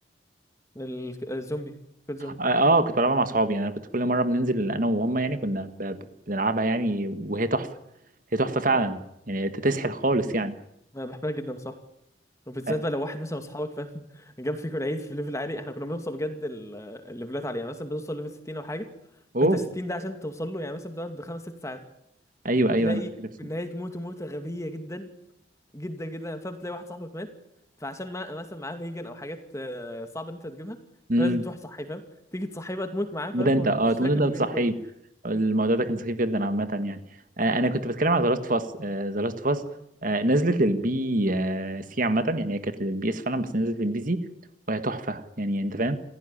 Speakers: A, on the left (about 15°); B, on the right (about 45°).
A: ال- الزومبي كود زومبي
B: اه آه، كنت بلعبها مع صحابي يعني انا كنت كل مره بننزل انا وهم يعني كنا ب- ب- بنلعبها يعني وهي تحفه هي تحفه فعلا يعني تسحر خالص يعني
A: انا بحبها جدا صح وبالذات
B: آه،
A: بقى لو واحد مثلا من اصحابك فاهم <laughs> جاب فيكم العيد في ليفل عالي احنا كنا بنوصل بجد ال- الليفلات عاليه يعني مثلا بنوصل ليفل 60 او حاجه
B: اوه
A: فانت 60 ده عشان توصل له يعني مثلا بتقعد بخمس ست ساعات
B: ايوه ايوه
A: تلاقي
B: انا عارف
A: في النهايه تموت موته غبيه جدا جدا جدا يعني فاهم تلاقي واحد صاحبك مات فعشان ما مثلا معاه فيجن او حاجات آه، صعب ان انت تجيبها
B: إمم.
A: فلازم تروح صحي فاهم تيجي تصحي بقى تموت معاه فاهم
B: تموت انت
A: <laughs> وتشكله
B: اه تموت انت بتصحيه
A: اليوم كله
B: الموضوع ده كان سخيف جدا عامة يعني آه انا كنت بتكلم على ذا لاست اوف اس ذا لاست اوف اس نزلت للبي آه سي عامة يعني هي كانت للبي اس فعلا بس نزلت للبي سي وهي تحفة يعني انت فاهم